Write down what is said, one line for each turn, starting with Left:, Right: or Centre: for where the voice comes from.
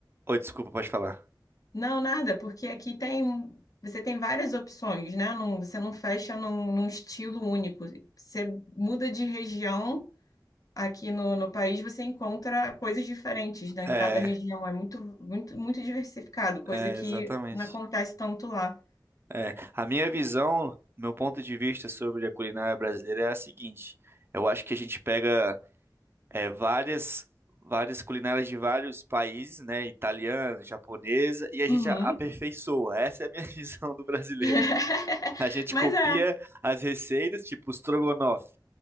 Right: Oi, desculpa, pode falar.
Left: Não, nada, porque aqui tem. Você tem várias opções, né? Não, você não fecha num, num estilo único. Você muda de região aqui no, no país, você encontra coisas diferentes, né? Em
Right: É,
Left: cada região. É muito, muito, muito diversificado, coisa
Right: é,
Left: que
Right: exatamente.
Left: não acontece tanto lá.
Right: É, a minha visão, meu ponto de vista sobre a culinária brasileira é a seguinte. Eu acho que a gente pega é, várias várias culinárias de vários países, né? Italiana, japonesa, e a gente
Left: Uhum.
Right: a- aperfeiçoa. Essa é a minha <laughs> visão do brasileiro.
Left: <laughs>
Right: A gente
Left: Mas
Right: copia
Left: é,
Right: as receitas, tipo o estrogonofe.